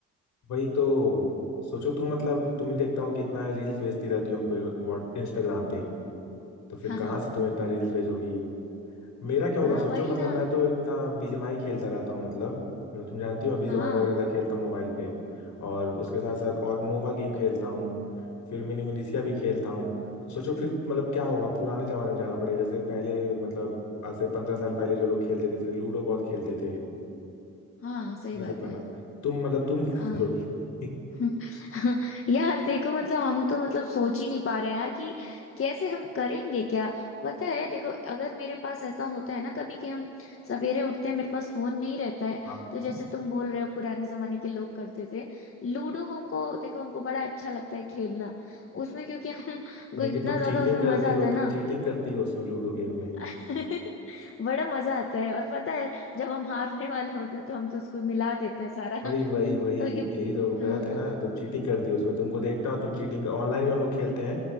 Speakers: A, on the left; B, on the left.
A: वही तो सोचो तुम मतलब तुम ही देखता हो कि इतना रील्स भेजती रहती हो हमको व्हाट इंस्टाग्राम पे तो फिर
B: <laughs> हाँ
A: कहाँ
B: हाँ
A: से तुम्हें इतना रील्स भेजोगी मेरा क्या
B: हाँ
A: होगा सोचो
B: वही
A: मतलब
B: ना
A: मैं तो इतना बीजीएमआई खेलता रहता हूँ मतलब तो तुम जानती हो मैं बीजीएमआई
B: हाँ
A: बहुत ज़्यादा खेलता हूँ मोबाइल पे और उसके साथ साथ और नोवा गेम खेलता हूँ फिर मिनी मिनीसिया भी खेलता हूँ तो सोचो फिर मतलब क्या होगा पुराने ज़माने में जाना पड़ेगा जैसे पहले मतलब आज से पंद्रह साल पहले जो लोग खेलते थे जैसे लूडो बहुत खेलते थे
B: हाँ सही
A: ये
B: बात
A: सब करना
B: है
A: तुम मतलब तुम क्या
B: हाँ
A: करोगी <laughs>
B: <laughs> यार देखो मतलब हम तो मतलब सोच ही नहीं पा रहे हैं यार कि कैसे हम करेंगे क्या पता है देखो अगर मेरे पास ऐसा होता है ना कभी कि हम सवेरे उठते हैं मेरे पास फोन नहीं रहता है
A: हाँ
B: तो जैसे तुम बोल रहे हो पुराने जमाने के लोग करते थे लूडो हमको देखो हमको बड़ा अच्छा लगता है खेलना उसमें क्योंकि हम को
A: लेकिन
B: इतना
A: तुम
B: ज्यादा
A: चीटिंग
B: उसमें
A: करती
B: मजा
A: हो
B: आता है ना
A: तुम चीटिंग करती हो उसमें लूडो गेम में
B: <laughs> बड़ा मजा आता है और पता है जब हम हारने वाले होते हैं तो हम तो उसको मिला देते हैं सारा
A: वही वही
B: <laughs>
A: वही
B: तो ये
A: यही तो गलत
B: हाँ
A: है ना तुम चीटिंग करती हो उसमें तुमको देखता हूँ तुम चीटिंग ऑनलाइन भी हम लोग खेलते हैं